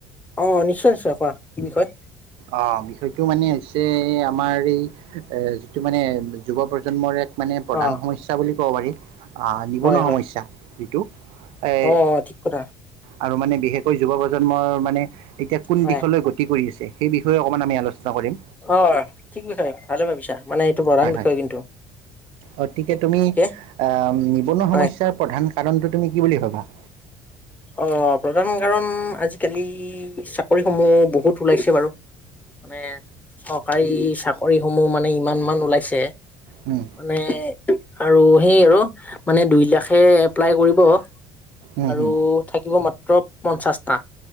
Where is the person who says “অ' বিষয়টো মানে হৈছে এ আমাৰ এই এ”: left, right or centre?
Right